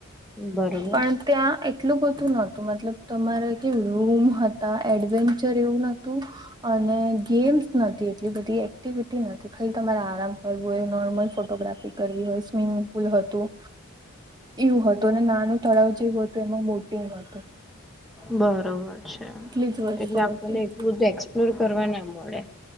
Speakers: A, in the centre; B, on the right.
A: બરોબર
B: પણ ત્યાં એટલું બધું નતું, મતલબ તમારે કે રૂમ હતા, એડવેન્ચર એવું નતું અને ગેમ્સ નથી એટલી બધી, એક્ટિવિટી નથી. ખાલી તમારે આરામ કરવું હોય, નોર્મલ ફોટોગ્રાફી કરવી હોય, સ્વિમિંગ પુલ હતું એવું હતું અને નાનું તળાવ જેવું હતું, એમાં મોટિંગ હતું.
A: બરોબર છે,
B: એટલી જ વસ્તુ
A: એટલે આપણને
B: હતી
A: એટલું બધું એક્સપ્લોર કરવા ના મળે.